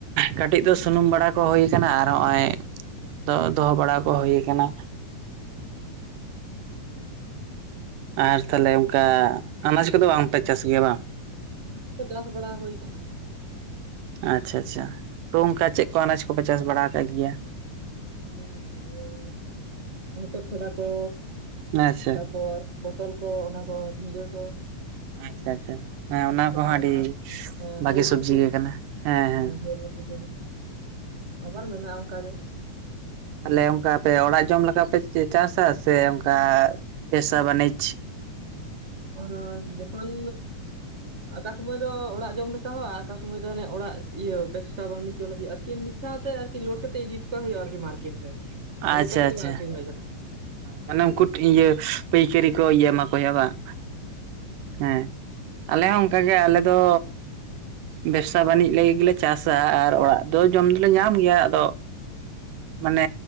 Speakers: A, on the right; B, on the right.
A: ᱠᱟᱹᱴᱤᱡ ᱫᱚ ᱥᱩᱱᱩᱢ ᱵᱟᱲᱟ ᱠᱚ ᱦᱳᱭ ᱠᱟᱱᱟ ᱟᱨ ᱦᱚᱜᱼᱚᱭ ᱫᱚ ᱫᱚᱦᱚᱸ ᱵᱟᱲᱟ ᱠᱚ ᱦᱳᱭ ᱠᱟᱱᱟ᱾ ᱟᱨ ᱛᱟᱦᱞᱮ ᱚᱝᱠᱟ ᱟᱱᱟᱡᱽ ᱠᱚᱫᱚ ᱵᱟᱝ ᱯᱮ ᱪᱟᱥ ᱜᱮᱭᱟ ᱵᱟ?
B: ᱚᱱᱟ ᱠᱚ ᱪᱟᱥ ᱵᱟᱲᱟ ᱦᱳᱭ ᱠᱟᱱᱟ᱾
A: ᱟᱪᱪᱷᱟ ᱟᱪᱪᱷᱟ᱾ ᱛᱚ ᱚᱱᱠᱟ ᱪᱮᱫ ᱠᱚ ᱟᱱᱟᱡᱽ ᱠᱚᱯᱮ ᱪᱟᱥ ᱵᱟᱲᱟ ᱠᱟᱜ ᱜᱮᱭᱟ?
B: ᱡᱮᱢᱚᱱ ᱳᱭ ᱦᱚᱛᱚᱫ ᱠᱷᱟᱰᱟ ᱠᱚ
A: ᱟᱪᱪᱷᱟ
B: ᱛᱟᱨᱯᱚᱨ ᱯᱚᱴᱚᱞ ᱠᱚ, ᱚᱱᱟ ᱠᱚ ᱡᱷᱤᱸᱜᱟᱹ ᱠᱚ,
A: ᱟᱪᱪᱷᱟ ᱟᱪᱪᱷᱟ ᱦᱮᱸ ᱚᱱᱟ
B: ᱟᱨ
A: ᱠᱚᱦᱚᱸ
B: ᱰᱷᱮᱸᱲᱚᱥ
A: ᱟᱹᱰᱤ ᱵᱷᱟᱜᱮ
B: ᱵᱷᱚᱨᱵᱚᱴᱤ
A: ᱥᱚᱵᱽᱡᱤ ᱜᱮ ᱠᱟᱱᱟ ᱦᱮᱸ ᱦᱮᱸ
B: ᱵᱷᱚᱨᱵᱚᱴᱤ ᱠᱚ ᱟᱵᱟᱨ ᱢᱮᱱᱟᱜᱼᱟ ᱚᱱᱠᱟ ᱜᱮ᱾
A: ᱛᱟᱦᱞᱮ ᱚᱱᱠᱟ ᱟᱯᱮ ᱚᱲᱟᱜ ᱡᱚᱢ ᱞᱮᱠᱟ ᱯᱮ ᱪᱟᱥ-ᱟ ᱥᱮ ᱚᱱᱠᱟ ᱵᱮᱥᱟ ᱵᱟᱱᱤᱡᱽ
B: ᱟᱨ ᱡᱚᱠᱷᱚᱱ ᱟᱠᱟ ᱥᱩᱢᱟᱹᱭ ᱫᱚ ᱚᱲᱟᱜ ᱡᱚᱢ ᱞᱮᱠᱟ ᱦᱚᱸ ᱟᱠᱟ ᱥᱩᱢᱟᱹᱭ ᱫᱚ ᱦᱟᱱᱮ ᱚᱲᱟᱜ ᱤᱭᱟᱹ ᱵᱮᱵᱥᱟ ᱵᱟᱱᱤᱡᱽ ᱟᱨ ᱪᱮᱫ ᱮᱢ ᱢᱮᱱᱮᱫ ᱛᱟᱦᱮᱫ ᱟ ᱞᱳᱰ ᱠᱟᱛᱮ ᱤᱫᱤ ᱦᱩᱭᱩᱜᱼᱟ ᱟᱨᱠᱤ ᱢᱟᱨᱠᱮᱴ ᱨᱮ ᱫᱩᱲᱩᱵ
A: ᱟᱪᱪᱷᱟ
B: ᱠᱟᱛᱮ ᱫᱚ
A: ᱟᱪᱪᱷᱟ
B: ᱵᱟᱝ ᱟᱠᱷᱨᱤᱧ ᱦᱩᱭ ᱠᱟᱱᱟ
A: ᱢᱟᱱᱮ ᱩᱱᱠᱩ ᱤᱭᱟᱹ ᱯᱟᱹᱭᱠᱟᱹᱨᱤ ᱠᱚ ᱤᱭᱟᱹ ᱢᱟ ᱠᱚ ᱵᱟᱝ᱾ ᱦᱮᱸ ᱟᱞᱮ ᱦᱚᱸ ᱚᱱᱠᱟᱜᱮ ᱟᱞᱮ ᱫᱚ ᱵᱮᱵᱽᱥᱟ ᱵᱟᱹᱱᱤᱡᱽ ᱞᱟᱹᱜᱤᱫ ᱜᱮᱞᱮ ᱪᱟᱥᱟ ᱟᱨ ᱚᱲᱟᱜ ᱫᱚ ᱡᱚᱢ ᱫᱚᱞᱮ ᱧᱟᱢ ᱜᱮᱭᱟ᱾ ᱟᱫᱚ ᱢᱟᱱᱮ